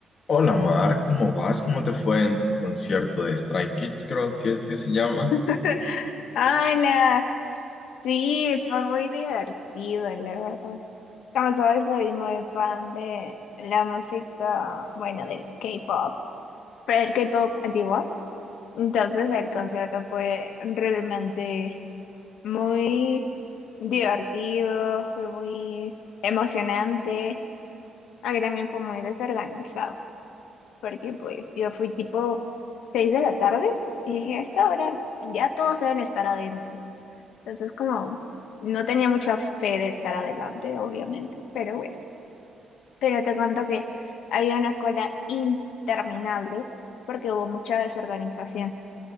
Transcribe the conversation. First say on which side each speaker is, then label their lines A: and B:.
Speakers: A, on the left; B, on the left.
A: Hola Mar, ¿cómo vas? ¿Cómo te fue en tu concierto de Stray Kids? Creo que es que se llama.
B: <laughs> Hola, sí, fue muy divertido, la verdad. Como sabes, soy muy fan de la música, bueno, del K-pop, pero el K-pop antiguo. Entonces el concierto fue realmente muy divertido, fue muy emocionante, aunque también fue muy desorganizado, porque pues yo fui tipo 6 de la tarde y dije, a esta hora ya todos deben estar adentro. Entonces, como no tenía mucha fe de estar adelante, obviamente, pero bueno. Pero te cuento que había una cola interminable porque hubo mucha desorganización.